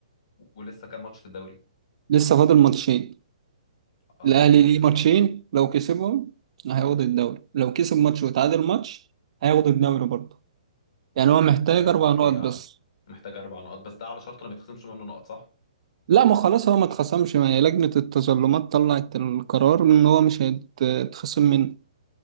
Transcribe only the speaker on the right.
لسه فاضل ماتشين
الاهلي
ليه ماتشين لو كسبهم هياخد الدوري لو كسب ماتش وتعادل ماتش هياخد الدوري برضه يعني هو محتاج
اربع
نقط بس
لا ما خلاص هو ما اتخصمش ما هي لجنة التظلمات طلعت القرار ان هو مش هيتخصم منه